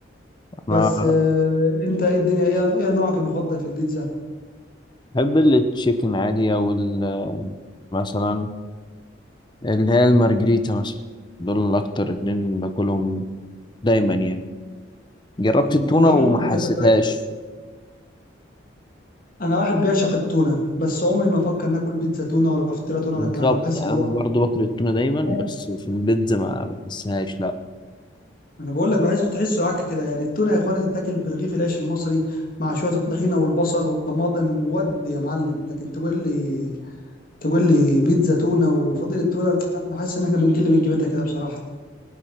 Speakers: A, on the left; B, on the left.
A: بس
B: انا
A: آه، انت ايه الدنيا ايه ايه نوعك المفضل في البيتزا؟
B: بحب التشيكن عادي او ال- مثلا اللي هي المارجريتا مثلا دول اكتر اتنين باكلهم دايما يعني جربت
A: مم.
B: التونة
A: اللحوم
B: وما
A: برضه
B: حسيتهاش
A: ما بحبهاش انا واحد بيعشق التونه بس عمري ما افكر ناكل بيتزا تونه ولا فطيره تونه
B: بالظبط
A: ولا الكلام ده بحس
B: يعني
A: الموضوع
B: انا برضو باكل التونة دايما
A: عك.
B: بس في البيتزا ما بحسهاش لا
A: ما انا بقول لك بحس تحسه عك كده يعني التونه يا اخوانا تتاكل برغيف العيش المصري مع شويه الطحينه والبصل والطماطم ودي يا معلم لكن تقول لي تقول لي بيتزا تونه وفضيله تونه أنا حاسس ان احنا بنقل من قيمتها كده بصراحه